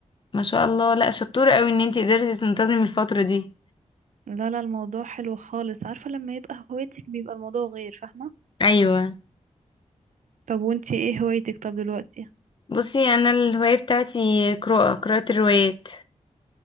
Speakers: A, on the left (about 40°); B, on the right (about 80°).
A: ما شاء الله لا شطورة قوي ان انت قدرتي تنتظمي الفترة دي
B: لا لا الموضوع حلو خالص عارفة لما يبقى هوايتك بيبقى الموضوع غير فاهمة
A: ايوه
B: طب وانتي ايه هوايتك طب دلوقتي
A: بصي انا الهواية بتاعتي قراءة قراءة الروايات